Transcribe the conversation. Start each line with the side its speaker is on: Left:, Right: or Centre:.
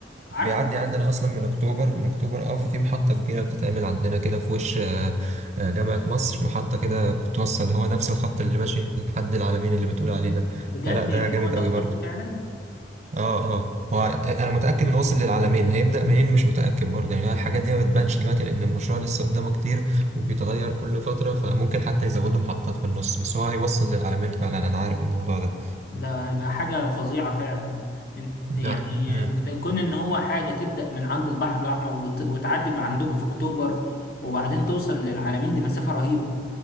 Left: عارفه
Right: بيعدي عندنا اصلا من اكتوبر من اكتوبر اه ففي محطة كبيرة بتتعمل عندنا كده في وش آه آه، جامعة مصر محطة كده بتوصل هو نفس الخط اللي ماشي لحد العلمين اللي بتقول عليه ده
Left: بجد
Right: فلا ده
Left: يعني
Right: جامد
Left: هو ده
Right: قوي
Left: الخط
Right: برضه
Left: فعلا
Right: اه اه هو انا متاكد انه واصل للعالمين هيبدا منين مش متاكد برضه يعني الحاجات دي ما بتبانش دلوقتي لان المشروع لسه قدامه كتير وبيتغير كل فتره فممكن حتى يزودوا محطات في النص بس هو هيوصل للعالمين فعلا انا عارف الموضوع ده
Left: ده هيبقى حاجه فظيعه فعلا انت
Right: لا
Left: يعني
Right: امم
Left: انت كون ان هو حاجه تبدا من عند البحر الاحمر وت- وتعدي عندكم في اكتوبر وبعدين توصل للعلمين دي مسافه رهيبه